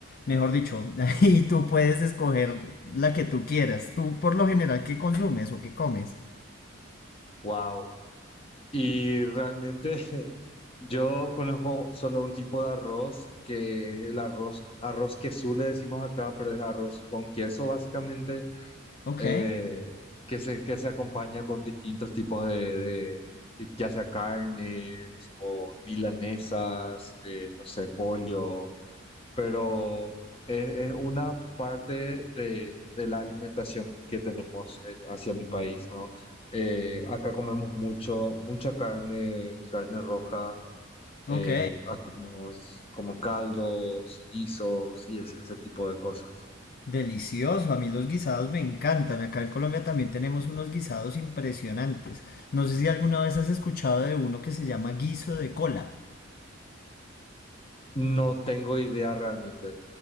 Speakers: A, on the left; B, on the left.
A: Mejor dicho, <laughs> y tú puedes escoger la que tú quieras. Tú, por lo general, ¿qué consumes o qué comes?
B: Wow. Y realmente <laughs> yo conozco solo un tipo de arroz, que el arroz, arroz queso le decimos acá, pero es arroz con queso básicamente,
A: Ok,
B: eh, que se, que se acompaña con distintos tipos de, de ya sea carnes o milanesas, eh, no sé, pollo pero es, es una parte de, de la alimentación que tenemos en- hacia mi país, ¿no? Eh, acá comemos mucho, mucha carne, carne roja,
A: ok.
B: eh, hacemos como caldos, guisos y ese, ese tipo de cosas.
A: Delicioso, a mí los guisados me encantan. Acá en Colombia también tenemos unos guisados impresionantes. No sé si alguna vez has escuchado de uno que se llama guiso de cola.
B: No tengo idea realmente.